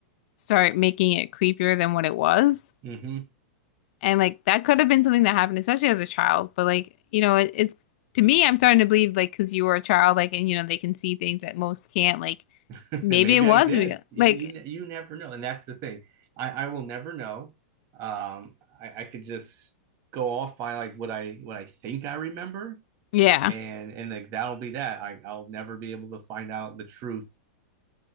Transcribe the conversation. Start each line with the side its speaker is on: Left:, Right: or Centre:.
Left: start making it creepier than what it was.
Right: hmm
Left: And like that could have been something that happened, especially as a child. But like, you know, it, it's to me, I'm starting to believe like because you were a child, like, and you know, they can see things that most can't. Like,
Right: <laughs>
Left: maybe
Right: And maybe
Left: it was
Right: I did.
Left: real.
Right: You,
Left: Like,
Right: you you never know, and that's the thing. I I will never know. Um, I, I could just go off by like what I what I think I remember,
Left: yeah,
Right: Yeah. and and like that'll be that. I I'll never be able to find out the truth.